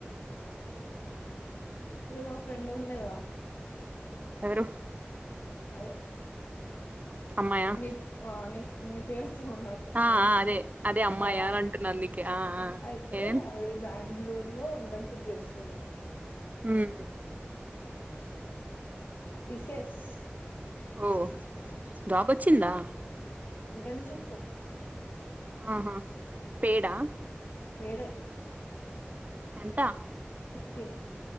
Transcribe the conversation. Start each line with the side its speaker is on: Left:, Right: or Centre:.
Right: హ
Left: అదే మా ఫ్రెండ్ ఉంది కదా
Right: ఎవరు
Left: అదే
Right: అమ్మాయా
Left: నీ ఆ నీీ పేరు ఉన్నప్పు
Right: ఆ
Left: మనిషి
Right: ఆ అదే అదే అమ్మాయా
Left: ఆ
Right: అని అంటున్నా అందుకే ఆ ఆ
Left: అయితే
Right: ఏం
Left: అది బ్యాం బెంగళూరు లో ఇంటర్న్షిప్ చేస్తుంది
Right: హామ్
Left: టీ సీఎస్
Right: ఓ జాబొచ్చిందా
Left: ఇంటెన్ షిప్పు
Right: ఆహా పేడా
Left: పేడె
Right: ఎంత
Left: ఫిఫ్టీన్